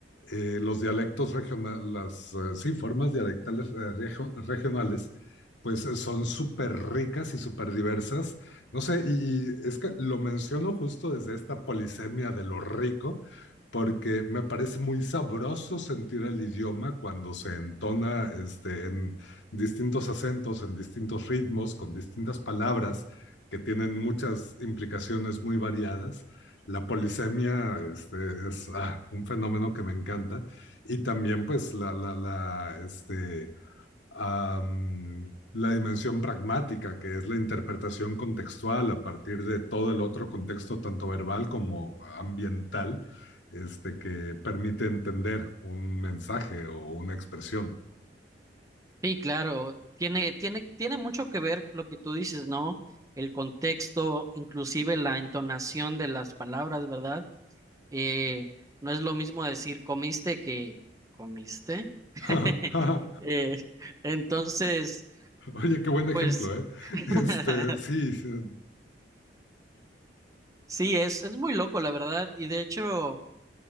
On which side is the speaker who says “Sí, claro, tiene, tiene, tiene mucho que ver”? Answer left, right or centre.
Right